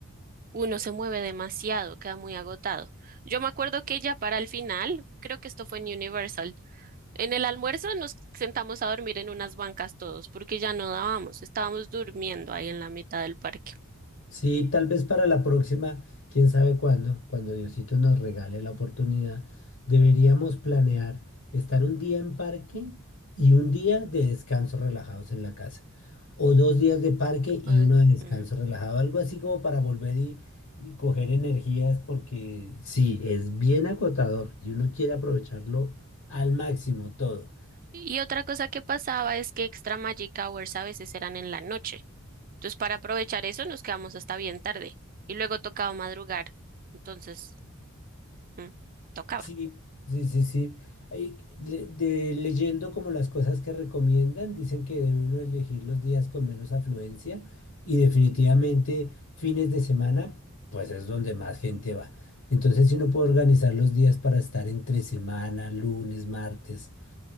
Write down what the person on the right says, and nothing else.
uno se mueve demasiado, queda muy agotado. Yo me acuerdo que ya para el final, creo que esto fue en Universal. En el almuerzo nos sentamos a dormir en unas bancas todos, porque ya no dábamos, estábamos durmiendo ahí en la mitad del parque.
Ay,
mm.
Y otra cosa que pasaba es que Extra Magic Hours a veces eran en la noche. Entonces, para aprovechar eso, nos quedamos hasta bien tarde. Y luego tocaba madrugar. Entonces, mm, tocaba.